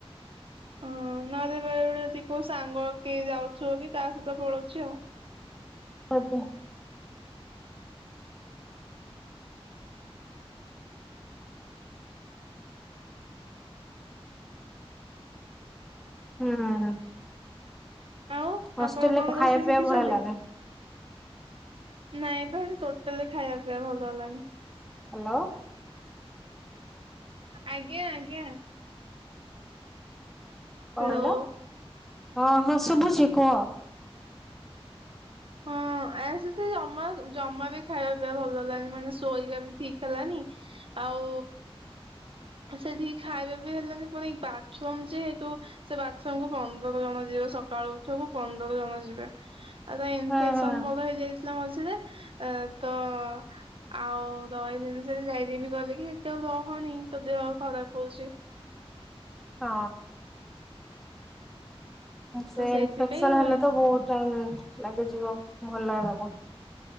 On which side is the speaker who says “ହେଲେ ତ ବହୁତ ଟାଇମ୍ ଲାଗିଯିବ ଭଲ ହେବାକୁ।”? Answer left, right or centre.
Centre